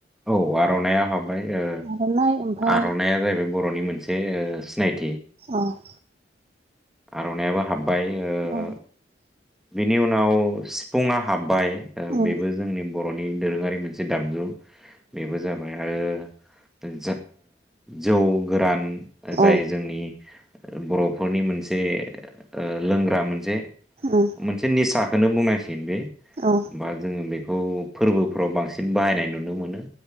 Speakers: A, in the centre; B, on the right (about 35°).
A: औ आर'नाइया हाबबाय ओ
B: आर'नाइ ओमफाय
A: आर'नाइआ जाहैबाय बर'नि मोनसे सिनायथि।
B: औ!
A: आर'नायइाबो हाब्बायओ
B: औ
A: बिनि उनाव सिकुड़ना हाब्बाय।
B: उम
A: बेबो जोंनि बर'फोनि दोरोङारि मोनसे दामजु बेबो जाबाय आरो जौ गोरान जाय
B: औ
A: जोंनि,, बर'फोरनि मोनसे लोंग्रा मोनसे ओ
B: उम
A: लोंग्रा मोनसे निसा। खौनो बुंनांसिगोन बे,
B: औ
A: बा जोङो बेफोरखौ फोरबोफ्राव बांसिन बाहायनाय नुनो मोनो